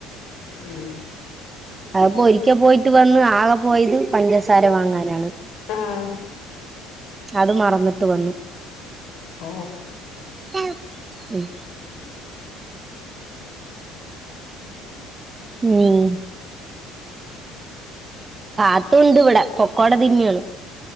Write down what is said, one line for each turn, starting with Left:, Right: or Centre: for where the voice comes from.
Left: ഉം.
Right: അതിപ്പോഒരിക്കൽ പോയിട്ട് വന്ന് ആകെ പോയത് പഞ്ചസാര വാങ്ങാനാണ്.
Left: ആഹ്.
Right: അത് മറന്നിട്ട് വന്നു.
Left: ഓ.
Right: <unintelligible> ഉം ഉം പാത്തുണ്ട് ഇവിടെ പൊക്കോട തിന്നാണ്